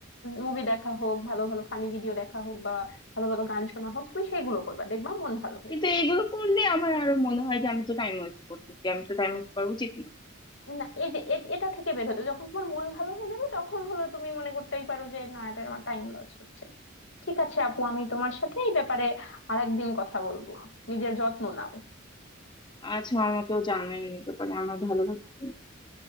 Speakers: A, on the left; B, on the left.
A: মুভি দেখা হোক ভালো ভালো ফানি ভিডিও দেখা হোক বা ভালো ভালো গান শোনা হোক তুমি সেগুলো করবা দেখবা মন ভালো হয়ে
B: কিন্তু
A: যাবে
B: এগুলো করলে আমার আরো মনে হয় যে আমি তো টাইম ওয়েস্ট করতেছি আমি তো টাইম ওয়েস্ট করা উচিত না
A: না এই যে এ- এটা থেকে বের হতে যখন তোমার মন ভালো হয়ে যাবে তখন হলো তুমি মনে করতেই পারো যে না এটা আমার টাইম লস হচ্ছে ঠিক আছে আপু আমি তোমার সাথে এই ব্যাপারে আরেকদিন কথা বলবো নিজের যত্ন নাও
B: আচ্ছা আমাকেও জানাই নিতে পারে আমার ভালো লাগছে না।